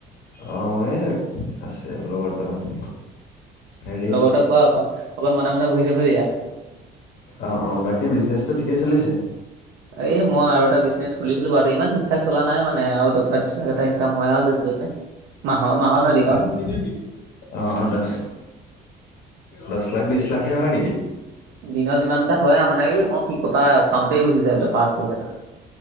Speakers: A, on the left (about 70°); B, on the right (about 80°).
A: অ এ আছে লগৰ দুটামান। হেৰি
B: লগতে
A: <unintelligible>
B: কোৱা অকণ অকণ মনে মনে বহি থাকিব দিয়া
A: অ অ বাকী বিজনেচটো ঠিকেই চলিছে।
B: এই মই আৰু এটা বিজনেছ খুলিছিলো বাৰুো ইমান ঠিক ঠাক চলা নাই মানে আৰু দহ লাখ বিছ। <inaudible> এটা ইনকাম হয় আৰু যেনে তেনে মাহৰ মাহত নহয় দিনত।
A: <unintelligible> অ দশ দশ লাখ বিশ লাখহে হয় নেকি।
B: দিনত ইমান এটা হয় আও মানে কি মই কি কবা একাউণ্টতে গুচি যায় পাঁচ লাখ এটা।